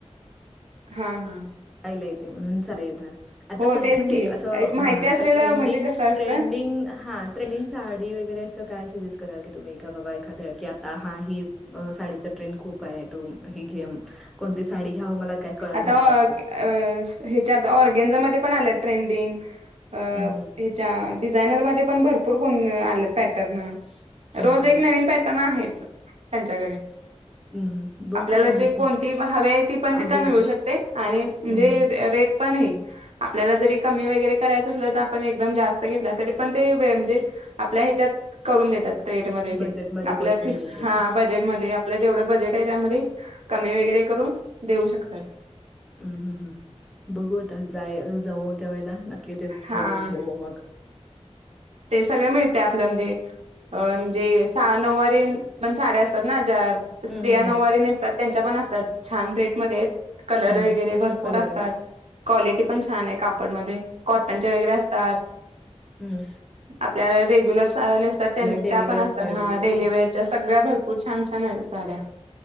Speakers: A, on the right (about 65°); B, in the centre.
A: हां हां.
B: पहायला येतंय म्हणून चालले आता. आता
A: हो
B: सध्या
A: तेच
B: म्हणजे
A: की
B: असं
A: एक माहिती
B: हां आता
A: असलेलं
B: ट्रेंडिंग
A: म्हणजे कसं असतं
B: ट्रेंडिंग हां ट्रेनिंग साडी वगैरे असं काय सजेस्ट कराल की तुम्ही एका बाबा एखाद्या की आता हां ही अ साडीच ट्रेंड खूप आहे तू ही घे कोणती साडी घ्याव मला काय कळना
A: आता
B: झालंय असं.
A: ह्याच्यात ऑर्गेनझमध्ये पण आल्यात ट्रेंडिंग अ
B: हं, हं.
A: हेच्या डिझायनर मध्ये पण भरपूर कोण आलेत पॅटर्न.
B: हं,
A: रोज
B: हं.
A: एक नवीन पॅटर्न आहेच त्यांच्याकडे.
B: हं, हं. बघू
A: आपल्याला
B: मग
A: जे कोणती
B: तो
A: हवे आहे ती पण ति
B: अवेट
A: थं मिळू शकते आणि म्हणजे
B: हं, हं.
A: रेट पण आहे. आपल्याला जरी कमी वगैरे करायचं असलं तर आपण एकदम जास्त घेतला तरी पण ते वे म्हणजे आपल्या ह्याच्यात करून देतात रेट मध्ये
B: बजेटमध्ये
A: ते आपल्या
B: बसवून
A: फिक्स
B: देते
A: हां
B: मी.
A: बजे बजेट मध्ये आपलं जेवढं बजेट आहे त्यामध्ये कमी वगैरे करून देऊ शकतात.
B: हम्म हम्म बघू आता जाय जाऊ त्या वळेला नक्की ते
A: हा
B: बघून घेऊ मग
A: ते सगळ मिळतंय आपलं म्हणजे अ म्हणजे सा नऊवारीे पण साड्या असतात ना ज्या स्त्रिया
B: हं, हं.
A: नऊवारी नेसतात त्यांच्या पण असतात छान रेटमध्ये आहेत कलर
B: हं.
A: वगैरे भरपूर
B: कलर
A: असतात. क्वालिटी पण छान आहे कापडमध्ये कॉटनच्या वगैरे असतात.
B: हम्म.
A: आपल्याला रेग्युलर साड्या नेसतात
B: डेलीवेअर
A: त्यां पण असतात
B: साडीसाठी
A: हां डेली वेअर च्या सगळ्या भरपूर छान छान आहेत साड्या.